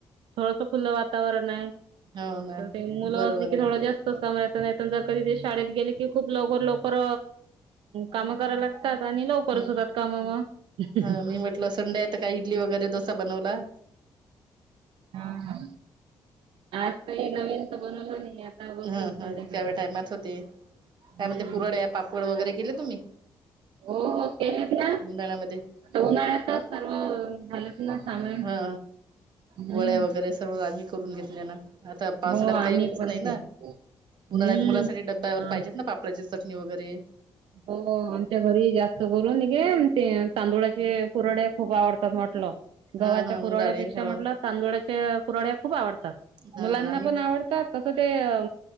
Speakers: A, on the right (about 80°); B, on the right (about 60°).
A: थोडस खुलं वातावरण आहे.
B: हो ना.
A: तर ते मुलं
B: बरोबर
A: असली की
B: आहे.
A: थोडं जास् त का नाही जर कधी ते शाळेत गेले की खूप लवकर-लवकर कामं कराय लाग त्यात आणि लवकरच
B: हं.
A: सुरुवात काम मग. <unintelligible>
B: हा मी म्हटलं संडे आहे त काय इडली वगैरे डोसा बनवलाय?
A: हा हा. आज काही नवीन तर बनवलं नाही. आता बघू
B: हा
A: संध्याकाळी
B: हा तव्या टायमात होते.
A: हम्म
B: काय म्हण पुरळ्या, पापड वगैरे केले तुम्ही?
A: हो हो केलेत ना.
B: <unintelligible> णा मध्ये.
A: ते उन्हाळ्यात <unintelligible> सर्व झालंत ना सामान,
B: हा
A: हम्.
B: वड्या वगैरे सर्व आली करून घेतले ना. आता पावसाळ्यात
A: हो आम्ही
B: काही होतच
A: पण
B: नाही
A: केलं.
B: ना. उन्हाळ्यात
A: हम्म.
B: मुलासाठी डब्यावर
A: हा.
B: पाहिजेत ना पा ल्याची चटणी वगैरे.
A: हो हो हो, आमच्या घरी जास्त बोलून निघे ते तांदुळाचे कुराड्या खूप आवडतात मो- <unintelligible> गव्हाच्या
B: हा हा
A: कुराड्यापेक्षा
B: मुलाले हो
A: म्हटलं तांदुळाच्या कुराड्या खूप आवडतात.
B: हा
A: मुलांना
B: आम्ही
A: पण आवडतात तसं ते अ